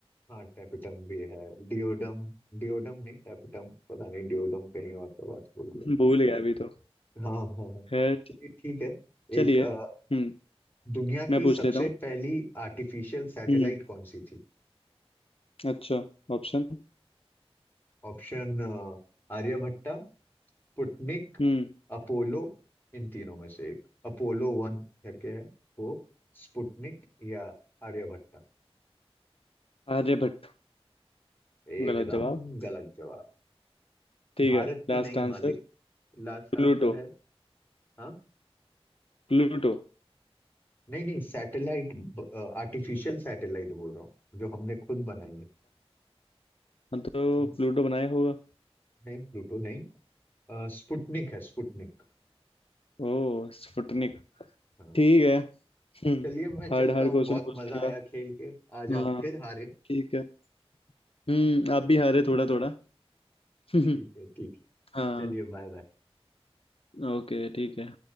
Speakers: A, on the left; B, on the left.
A: हाँ टैपिटम भी है डिओडम डिओडम नहीं टैपिटम पता नहीं डिओडम कहीं और का बात बोल दिया
B: <laughs> भूल गया अभी तो
A: हाँ हाँ हाँ चलिए
B: है
A: ठीक है
B: चलिए
A: एक अ,
B: हम्म
A: दुनिया
B: मैं
A: की
B: पूछ
A: सबसे
B: लेता हूँ
A: पहली आर्टिफिशियल सैटेलाइट
B: हम्म
A: कौन सी थी
B: अच्छा ऑप्शन
A: Option Aryabhata Sputnik
B: हम्म
A: Apollo इन तीनों में से एक अपोलो वन करके है वो स्पुटनिक या आर्यभट्टा
B: आर्यभट्ट
A: एकदम
B: गलत जवाब
A: गलत जवाब
B: ठीक
A: भारत
B: है
A: की
B: लास्ट
A: नई
B: आंसर
A: मालिक लास्ट
B: प्लूटो
A: आंसर है हाँ?
B: प्लूटो
A: नहीं नहीं सैटेलाइट आर्टिफिशियल सैटेलाइट बोल रहा हूँ जो हमने खुद बनाई है
B: हाँ तो
A: हम
B: प्लूटो बनाया होगा
A: नहीं प्लूटो नहीं अ, स्पुतनिक है स्पुतनिक
B: ओ स्पुतनिक
A: हाँ।
B: ठीक है हम्म
A: चलिए मैं चलता
B: हार्ड हार्ड
A: हूँ
B: क्वेश्चन
A: बहुत
B: पूछ
A: मजा
B: लिया
A: आया खेल के आज
B: हाँ
A: आप फिर हारे <laughs>
B: ठीक है हम्म आप भी हारे थोड़ा थोड़ा <laughs>
A: ठीक है ठीक है
B: हाँ
A: चलिए बाय बाय
B: ओके ठीक है